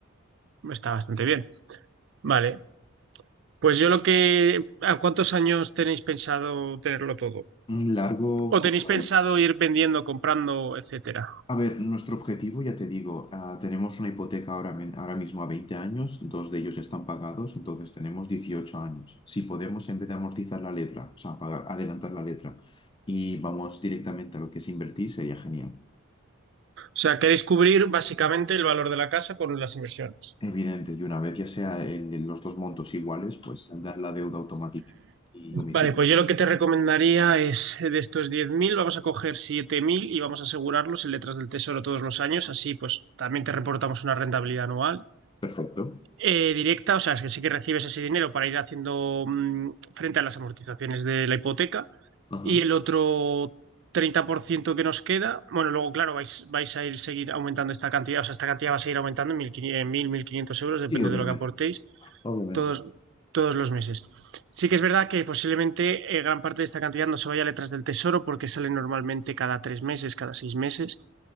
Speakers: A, on the right; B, on the left.
A: Está bastante bien. Vale. Pues yo lo que, ¿a cuántos años tenéis pensado tenerlo todo?
B: Un largo,
A: ¿O
B: como
A: tenéis
B: la...
A: pensado
B: hi-
A: ir vendiendo, comprando, etcétera?
B: A ver, nuestro objetivo, ya te digo, ah, tenemos una hipoteca ahora, men- ahora mismo a 20 años, dos de ellos están pagados, entonces tenemos 18 años. Si podemos, en vez de amortizar la letra, o sea, pagar, adelantar la letra, y vamos directamente a lo que es invertir, sería genial.
A: O sea, queréis cubrir básicamente el valor de la casa con las inversiones.
B: Evidente, y una vez ya sea en, en los dos montos iguales, pues saldar la deuda automática y omitir.
A: Vale, pues yo lo que te recomendaría es eh, de estos 10.000 vamos a coger 7.000 y vamos a asegurarlos en letras del tesoro todos los años. Así, pues también te reportamos una rentabilidad anual
B: Perfecto.
A: eh, directa. O sea, es que sí que recibes ese dinero para ir haciendo mm, frente a las amortizaciones de la hipoteca.
B: Ajá.
A: Y el otro 30% que nos queda, bueno, luego, claro, vais, vais a ir seguir aumentando esta cantidad, o sea, esta cantidad va a seguir aumentando en 1.500, en mil mil quinientos euros, depende
B: Sí, obviamente.
A: de lo que aportéis,
B: Obviamente.
A: todos, todos los meses. Sí que es verdad que posiblemente eh, gran parte de esta cantidad no se vaya a letras del tesoro porque sale normalmente cada tres meses, cada seis meses.